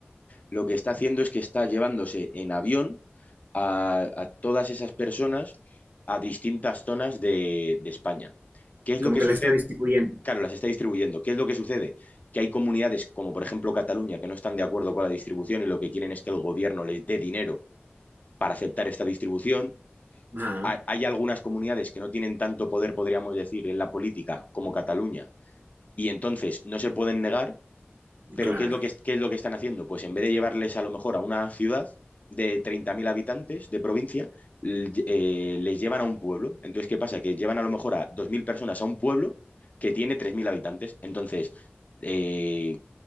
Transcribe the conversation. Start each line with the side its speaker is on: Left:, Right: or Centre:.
Left: lo que está haciendo es que está llevándose en avión a, a todas esas personas a distintas zonas de, de España. ¿Qué es lo
Right: Como
Left: que
Right: que
Left: sucede?
Right: la está distribuyendo.
Left: Claro, las está distribuyendo. ¿Qué es lo que sucede? Que hay comunidades como por ejemplo Cataluña que no están de acuerdo con la distribución y lo que quieren es que el gobierno les dé dinero para aceptar esta distribución
Right: Ajá,
Left: hay hay algunas comunidades que no tienen tanto poder, podríamos decir, en la política como Cataluña, y entonces no se pueden negar, pero
Right: claro.
Left: ¿qué es lo que, qué es lo que están haciendo? Pues en vez de llevarles a lo mejor a una ciudad de 30.000 habitantes de provincia, eh, les llevan a un pueblo. Entonces, ¿qué pasa? Que llevan a lo mejor a 2.000 personas a un pueblo que tiene 3.000 habitantes. Entonces, eh,